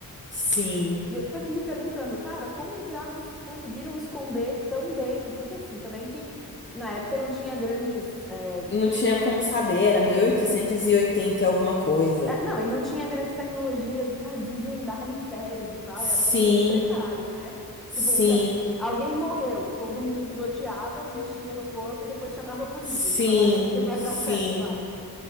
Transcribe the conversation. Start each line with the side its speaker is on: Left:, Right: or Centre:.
Left: sim.
Centre: E eu fico aqui me perguntando, cara, como diabos conseguiram esconder tão bem? Porque assim, também que na época não tinha grandes. é,
Left: Não tinha como saber, era
Centre: é,
Left: mil oitocentos e oitenta e alguma coisa.
Centre: é, não, e não tinha grandes tecnologias para <laughs> desvendar mistérios e tal,
Left: Sim,
Centre: e era tudo muito precário, né?
Left: sim,
Centre: Tipo, ca- alguém morreu, todo mundo pisoteava, mexia no corpo e depois chamava a polícia.
Left: sim,
Centre: E Você fala, é, <laughs> vai
Left: sim.
Centre: dar certo, vai.